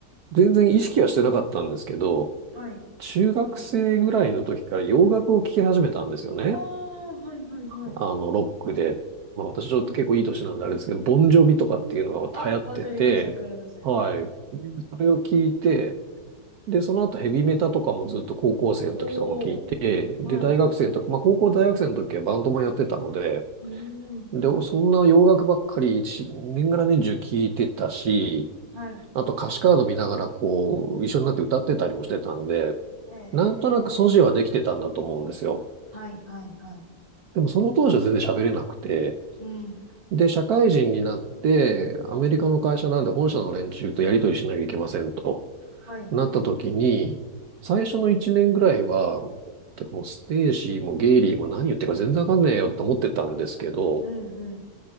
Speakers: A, on the right; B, on the right.
A: 全然意識はしてなかったんですけど、
B: はい。
A: 中学生ぐらいの時から洋楽を聴き始めたんですよね。
B: ああ、はいはいはい。
A: あの、ロックで。まあ私ちょっと結構いい年なんであれですけど、
B: うん。
A: ボンジョビとかっていうのが流行ってて、
B: あ、わかります、わかります。
A: はい。でそれを聞いて、で、その後ヘビメタとかもずっと高校生の時とかも聞いて、
B: おー、はい。
A: で、大学生の時、まあ高校大学生の時はバンドもやってたので、
B: うーん、
A: で、そんな洋楽ばっかり一年がら年中聞いてたし、
B: はい。
A: あと歌詞カード見ながらこう、一緒になって歌ってたりもしてたんで、
B: ええ
A: なんとなく素地はできてたんだと思うんですよ。
B: はいはいはい。
A: でもその当時は全然喋れなくて、
B: うん、
A: で、社会人になって、アメリカの会社なんで本社の連中とやり取りしなきゃいけませんと。
B: はい。
A: なった時に、最初の一年ぐらいは、全くもうステーシーもゲイリーも何言ってるか全然わかんねえよって思ってたんですけど、
B: うんう